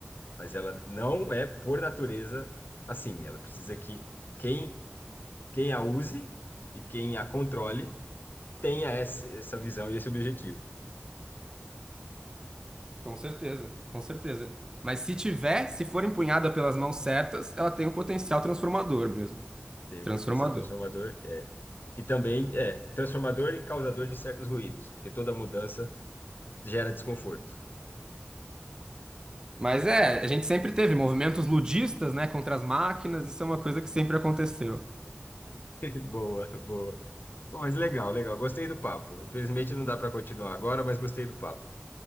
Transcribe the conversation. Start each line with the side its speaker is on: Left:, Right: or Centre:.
Left: mas ela não é, por natureza, assim. Ela precisa que quem, quem a use e quem a controle tenha essa, essa visão e esse objetivo.
Right: Com certeza, com certeza. Mas se tiver, se for empunhada pelas mãos certas, ela tem um potencial transformador mesmo.
Left: Tem
Right: Transformador.
Left: um potencial transformador, é. E também é transformador e causador de certos ruídos, porque toda mudança gera desconforto.
Right: Mas é, a gente sempre teve movimentos ludistas, né, contra as máquinas, isso é uma coisa que sempre aconteceu.
Left: <laughs> Boa, boa. Bom, mas legal, legal. Gostei do papo. Infelizmente não dá para continuar agora, mas gostei do papo.